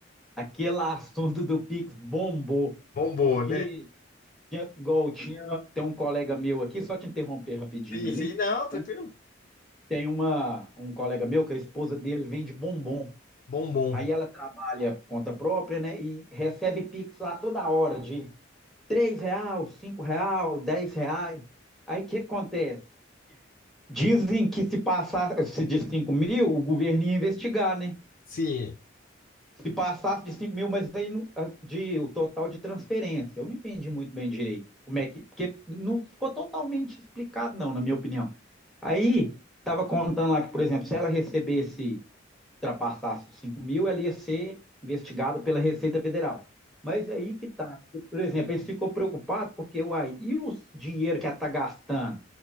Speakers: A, in the centre; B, on the left.
A: aquele assunto do Pix bombou,
B: Bombou,
A: porque
B: né?
A: tinha- igual tinha, tem um colega meu aqui, só te interromper rapidinho
B: Rapidíssimo.
A: ali.
B: E não,
A: Então,
B: tranquilo.
A: Tem uma, um colega meu que a esposa dele vende bombom.
B: Bombom.
A: Aí ela trabalha por conta própria, né? E recebe Pix lá toda hora de 3 reais, 5 reais, 10 reais. Aí o que acontece? Dizem que se passasse de cinco mil, o governo ia investigar, né?
B: Sim.
A: Se passasse de 5 mil, mas aí no, de, o total de transferência. Eu não entendi muito bem direito como é que. Porque não ficou totalmente explicado, não, na minha opinião. Aí estava contando lá que, por exemplo, se ela recebesse ultrapassasse os cinco mil, ela ia ser investigada pela Receita Federal. Mas é aí que tá. Porque, Por exemplo, eles ficou preocupado porque uai, e os dinheiro que ela tá gastando?